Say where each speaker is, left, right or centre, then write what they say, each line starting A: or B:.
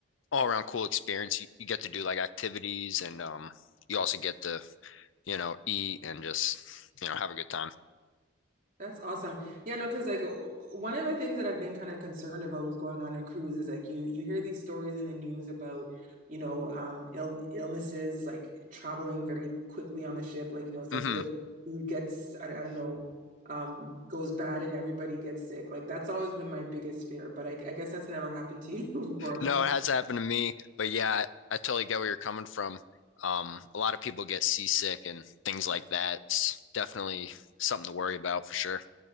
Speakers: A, on the left (about 75°); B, on the right (about 40°).
A: all around cool experience. You, you get to do like activities and um you also get to, you know, eat and just, you know, have a good time.
B: that's awesome. Yeah, no, because like w- one of the things that I've been kind of concerned about is going on a cruise is like you you hear these stories in the news about, you know, um ill illnesses like traveling very quickly on the ship. Like, you know, so
A: hmm
B: the food gets I, I don't know, um goes bad and everybody gets sick. Like that's always been my biggest fear, but I, I guess that's never happened to you <laughs> before, huh?
A: No, it has happened to me, but yeah, I, I totally get where you're coming from. Um, a lot of people get seasick and things like that. It's definitely something to worry about for sure.